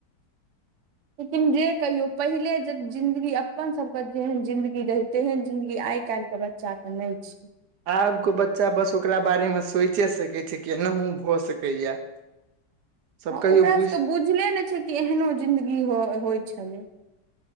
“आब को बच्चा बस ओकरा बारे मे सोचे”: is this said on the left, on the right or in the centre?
Right